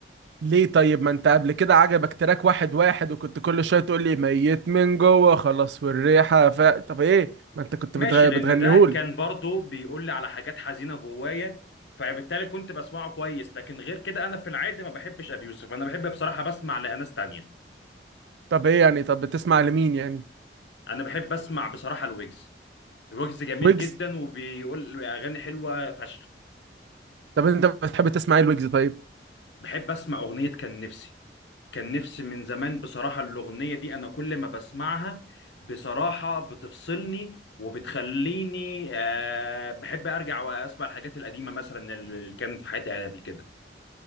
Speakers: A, on the right; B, on the left.
A: ليه طيب ما انت قبل كده عجبك تراك واحد واحد وكنت كل شوية تقول لي ميت من جوه خلاص والريحة ف طب ايه ما انت كنت
B: ماشي
A: بتغ...
B: لان
A: بتغنيهولي
B: ده كان برضو بيقول لي على حاجات حزينه جوايا فبالتالي كنت بسمعه كويس لكن غير كده انا في العادي ما بحبش ابي يوسف انا بحب بصراحه بسمع لاناس تانية
A: طب ايه يعني طب بتسمع لمين يعني
B: انا بحب اسمع بصراحه الويجز الويجز جميل
A: ويجز
B: جدا وبيقول اغاني حلوه فشخ
A: طب انت بتحب تسمع ايه الويجز طيب
B: بحب اسمع اغنيه كان نفسي كان نفسي من زمان بصراحة الأغنية دي أنا كل ما بسمعها بصراحة بتفصلني وبتخليني آه بحب أرجع وأسمع الحاجات القديمة مثلا اللي كانت في حياتي قبل كده